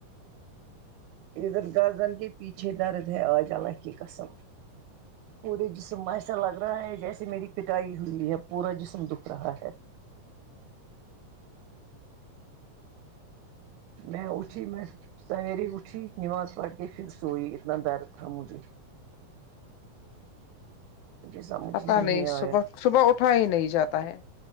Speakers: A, on the right; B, on the left.
A: ادھر گردن کے پیچھے درد ہے آج اللہ کی قسم پورے جسم میں ایسا لگ رہا ہے جیسے میری پٹائی ہوئی ہے پورا جسم دکھ رہا ہے میں اٹھی میں سحری اٹھی نماز پڑھ کے پھر سوئی اتنا درد تھا مجھے مجھے سمجھ
B: پتا
A: ہی
B: نہیں
A: آیا
B: صبح صبح اٹھا ہی نہیں جاتا ہے